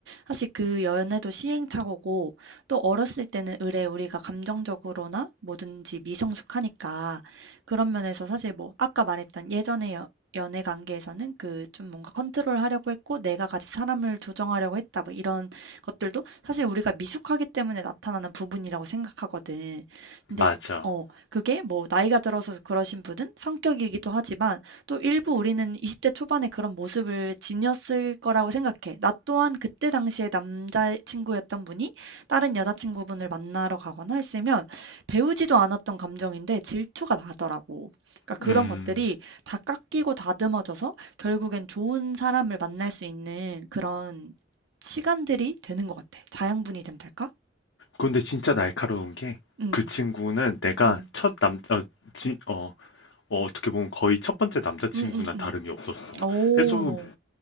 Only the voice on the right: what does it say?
사실 그 연애도 시행착오고, 또 어렸을 때는 으레 우리가 감정적으로나 뭐든지 미성숙하니까, 그런 면에서 사실 뭐, 아까 말했던 예전의 여- 연애 관계에서는 그 좀 뭔가 컨트롤 하려고 했고, 내가 같이 사람을 조정하려고 했다, 뭐 이런 것들도 사실 우리가 미숙하기 때문에 나타나는 부분이라고 생각하거든. 근데
어 그게 뭐 나이가 들어서 그러신 분은 성격이기도 하지만 또 일부 우리는 20대 초반에 그런 모습을 지녔을 거라고 생각해. 나 또한 그때 당시에 남자 친구였던 분이 다른 여자 친구분을 만나러 가거나 했으면 배우지도 않았던 감정인데 질투가 나더라고. 그러니까 그런
것들이 다 깎이고 다듬어져서 결국엔 좋은 사람을 만날 수 있는 그런 시간들이 되는 것 같아. 자양분이 된달까?
음.
음.
음음
음.
오